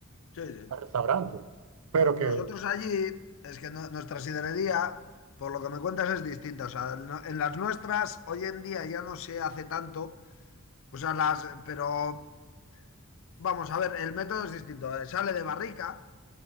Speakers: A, on the left; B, on the right.
A: Sí, sí.
B: un restaurante. Pero
A: No-
B: que,
A: nosotros allí, es que no- nuestra sidrería, por lo que me cuentas, es distinta. O sea, no- en las nuestras, hoy en día ya no se hace tanto. O sea, las, pero Vamos a ver, el método es distinto. eh, Sale de barrica.